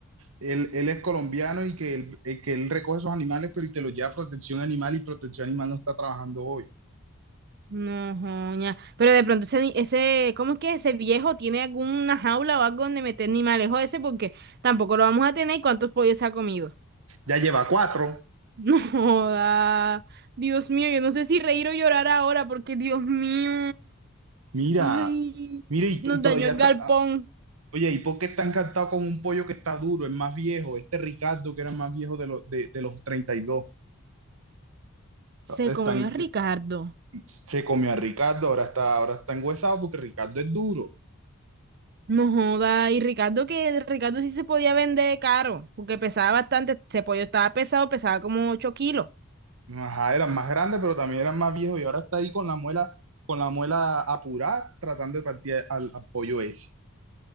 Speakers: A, on the right; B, on the right.
A: él, él es colombiano y que él, eh, que él recoge esos animales, pero y que los lleva a protección animal y protección animal no está trabajando hoy.
B: No, joña. Pero de pronto ese, ni- ese, ¿cómo es que ese viejo tiene alguna jaula o algo donde meter animales? Joder, ese porque tampoco lo vamos a tener y cuántos pollos se ha comido.
A: Ya lleva cuatro.
B: <laughs> No joda. Dios mío, yo no sé si reír o llorar ahora porque Dios mío.
A: Mira,
B: Ay,
A: mira, y,
B: nos
A: t- y todavía
B: dañó el
A: está.
B: galpón.
A: ah, Oye, ¿y por qué está encantado con un pollo que está duro? Es más viejo. Este Ricardo, que era más viejo de, los de, de los 32.
B: Se
A: Están,
B: comió a Ricardo.
A: eh, se comió a Ricardo, ahora está, ahora está enguesado porque Ricardo es duro.
B: No joda. Y Ricardo que Ricardo sí se podía vender caro porque pesaba bastante. Ese pollo estaba pesado, pesaba como ocho kilos.
A: Ajá, eran más grandes, pero también eran más viejos y ahora está ahí con la muela, con la muela apurada, tratando de partir al, al pollo ese.